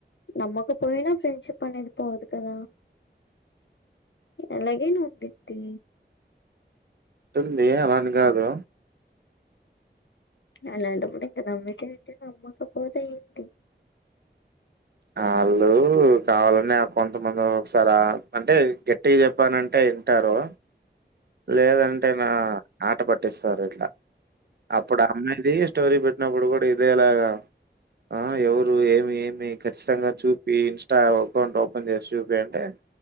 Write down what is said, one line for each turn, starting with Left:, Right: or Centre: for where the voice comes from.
Left: నమ్మకపోయినా ఫ్రెండ్షిప్ అనేది పోదు కదా ఎలాగైన ఉండిద్ది.
Right: ఉంటుందీ అలా అని గాదు.
Left: అలాంటప్పుడ్ ఇంక నమ్మితే ఏంటి నమ్మకపోతే ఏంటి.
Right: ఆళ్ళు కావాలని కొంతమంది ఒకసార అంటే గట్టిగా చెప్పానంటే టారు లేదంటే నా ఆట పట్టిస్తారు ఇట్లా అప్పుడు అమ్మిది స్టోరీ పెట్టినప్పుడు కూడా ఇదేలాగా ఆ ఎవరు ఏమి ఏమి ఖచ్చితంగా చూపి ఇన్స్టా అకౌంట్ ఓపెన్ చేసి చూపి అంటే